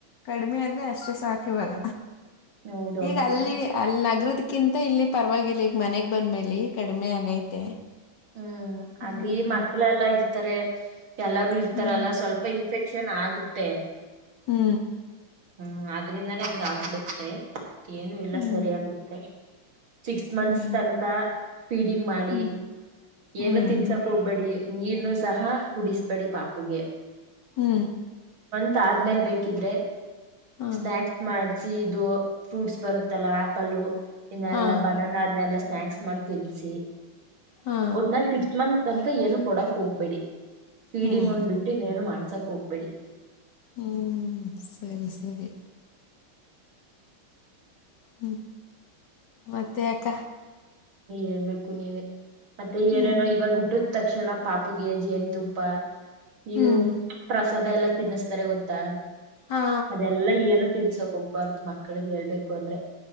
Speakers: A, on the left (about 60°); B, on the right (about 75°).
A: ಕಡಿಮೆ ಅಂದ್ರೆ ಅಷ್ಟೇ ಸಾಕ ಇವಾಗ
B: ಹೌದೌದು
A: ಈಗ ಅಲ್ಲಿ ಅಲ್ಲಿ ನಗರದ ಕಿಂತ ಇಲ್ಲಿ ಪರವಾಗಿಲ್ಲ ಈಗ ಮನೆಗ್ ಬಂದ್ಮೇಲಿ ಕಡಿಮೆ ಆಗೈತೆ
B: ಹೂ
A: ಹ್ಮ್
B: ಅಲ್ಲಿ ಮಕ್ಕಳ ಎಲ್ಲಾ ಇರ್ತಾರೆ ಎಲ್ಲಾರೂ ಇರ್ತಾರಲ್ಲ
A: ಹ್ಮ್
B: ಸ್ವಲ್ಪ ಇನ್ಫೆಕ್ಷನ್ ಇನ್ಫೆಕ್ಷನ್ ಆಗುತ್ತೆ
A: ಹೂ
B: ಹೂ ಅದ್ರಿಂದಾನೇ ಹಂಗ ಆಗ್ಬಿಡುತ್ತೆ ಏನು ಇಲ್ಲ
A: ಹ್ಮ್
B: ಸರಿ ಆಾಗುತ್ತೆ ಸಿಕ್ಸ್ ಮಂತ್ಸ್
A: ಹ್ಮ್
B: ತನಕ ಫೀಡಿಂಗ್ ಮಾಡಿ
A: ಹ್ಮ್ ಹ್ಮ್
B: ಏನು ತಿನ್ಸಕ್ ಹೋಗ್ಬೇಡಿ ನೀರ್ನು ಸಹ ಕುಡಿಸಬೇಡಿ ಪಾಪುಗೆ
A: ಹೂ
B: ಮ ಆದ್ಮೇಲ್ ಬೇಕಿದ್ರೆ
A: ಹಾ
B: ಸ್ನ್ಯಾಕ್ ಮಾಡ ಸೀದು ಫ್ರೂಟ್ಸ್ ಬರುತ್ತಲ್ಲ ಆಪಲ್ ಇನ್ನೆಲ್ಲಾ
A: ಹಾ
B: ಬನಾನ ಅದನ್ನೆಲ್ಲ ಸ್ನಾಯಕ್ಸ್ ಮಾಡಿ ತಿನ್ಸಿ
A: ಹಾ
B: ಒಟ್ ನಲ್ ಸಿಕ್ಸ್ ಮಂತ್ ತನಕ ಏನು ಕೊಡಕ್ ಹೋಗ್ಬೇಡಿ ೀಡಿಂಗ್
A: ಹ್ಮ್
B: ಹೊಂದ್ಬಿಟ್ಟು ಇನ್ನೇನು ಮಾಡ್ಸಾಕ್ ಹೋಗ್ಬೇಡಿ
A: ಹೂ ಸರಿ ಸರಿ ಹೂ ಮತ್ತೆಅಕ್ಕ
B: ಹೇಳ್ಬೇಕು ನೀವೇ ಮತ್ತೆ
A: ಹ್ಮ್
B: ಏನೇನೋ ಇವಾಗ ಹುಟ್ಟು ತಕ್ಷಣ ಪಾಪಗೆ ಜೇನು ತುಪ್ಪ ಇದು
A: ಹ್ಮ್
B: ಸದಾ ಎಲ್ಲಾ ತಿನ್ನಿಸ್ತಾರೆ ಗೊತ್ತಾ
A: ಹಾ
B: ಅದೆಲ್ಲಾ ಏನ ತಿನ್ಸಕ್ ಹೋಗಬಾರ್ದು ಮಕ್ಳಿಗೆ ಹೇಳ್ಬೇಕು ಅಂದ್ರೆ